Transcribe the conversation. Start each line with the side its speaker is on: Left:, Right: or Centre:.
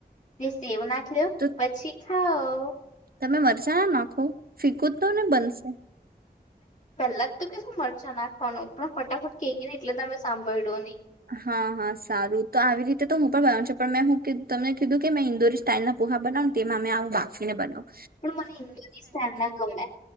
Left: દસી એવું નાખી દો,
Right: તો
Left: પછી ખાઓ.
Right: તમે મરચા ના નાખો? ફિકુ તો ને બનશે?
Left: પેલા જ તો કેશું મરચા નાખવાનું પણ ફટાફટ કેકી ને એટલે તમે સાંભળો નહી.
Right: હા હા સારું તો આવી રીતે તો હું પણ બનાવ છ પણ મેં હું તમને કીધું કે મેં ઇન્દોરી સ્ટાઈલ ના પ પોહા બનાવ તેમાં મેમે આવું બાકીને બનાવુ.
Left: પણ મને ઇન્દોરી સ્ટાઇલ ના ગમેલા,